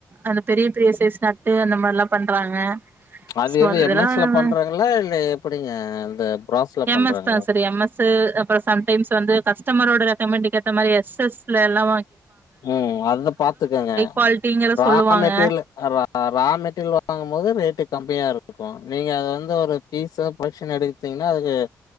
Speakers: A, on the right (about 30°); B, on the left (about 85°).
A: அந்த பெரிய பெரிய சைஸ் நட்டு அந்த மாரில்லா பண்றாங்க
B: அது
A: சோ
B: எது
A: அதெல்லா
B: எம்எஸ்ல
A: நம்ம
B: பண்றாங்ளா இல்ல எப்டிங்க இந்த பிராஸ்ல
A: எம்
B: பண்றாங்ளா
A: எஸ் தா சார் எம் அப்புறோ சம்டைம்ஸ் வந்து கஸ்டமரோட ரெக்கமெண்ட்டுக்கு ஏத்த மாரி எஸ் எஸ் லல்லா
B: ம் அதுதா பாத்துக்கோங்க
A: குவாலிட்டிங்கற
B: வாங்ரதே
A: சொல்லுவாங்க
B: இல்ல ரா மெட்டீரியல்ல வாங்கும் போது ரேட்டு கம்மியாருக்கு நீங்க அத வந்து ஒரு பீஸோ பக்ஷன் எடு பாத்தீங்கன்னா அதுக்கு